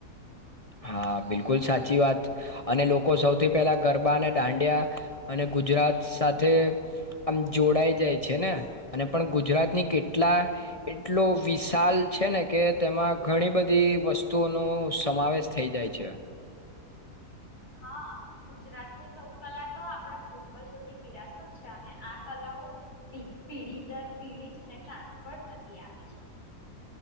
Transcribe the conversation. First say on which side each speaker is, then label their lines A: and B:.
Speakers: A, on the left (about 30°); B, on the left (about 70°).
A: હા બિલકુલ સાચી વાત અને લોકો સૌથી પહેલા ગરબા અને દાંડિયા અને ગુજરાત સાથે આમ જોડાઈ જાય છે ને અને પણ ગુજરાતની કેટલા એટલો વિશાલ છે ને કે તેમાં ઘણી બધી વસ્તુઓનો સમાવેશ થઈ જાય છે
B: હા ગુજરાતની લોકકલા તો આપણા પૂર્વજોની વિરાસત છે અને આ કલાઓ પીઢી દર પીઢી છે ને ટ્રાન્સફર થતી આવી છે